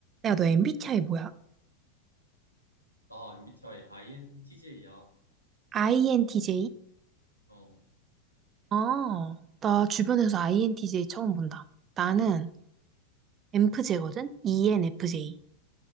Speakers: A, on the right; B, on the left.
A: 야, 너 MBTI 뭐야?
B: 나 MBTI INTJ야.
A: INTJ?
B: 어,
A: 아, 나 주변에서 INTJ 처음 본다. 나는 ENFJ거든? ENFJ.